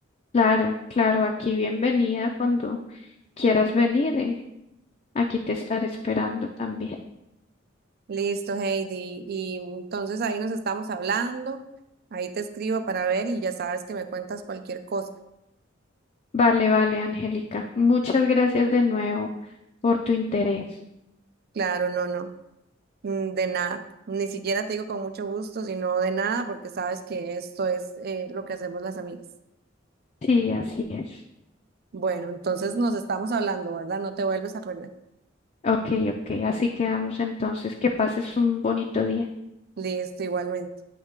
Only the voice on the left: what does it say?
Claro, claro, aquí bienvenida cuando quieras venir. eh, Aquí te estaré esperando también.
Vale, vale, Angélica. Muchas gracias de nuevo por tu interés.
Sí, así es.
Ok, ok. Así quedamos entonces. Que pases un bonito día.